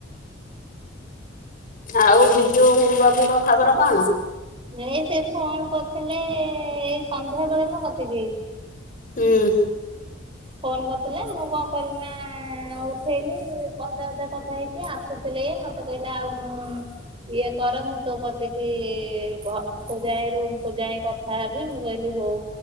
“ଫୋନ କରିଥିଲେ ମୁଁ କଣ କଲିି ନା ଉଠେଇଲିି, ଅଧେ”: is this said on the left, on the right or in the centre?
Right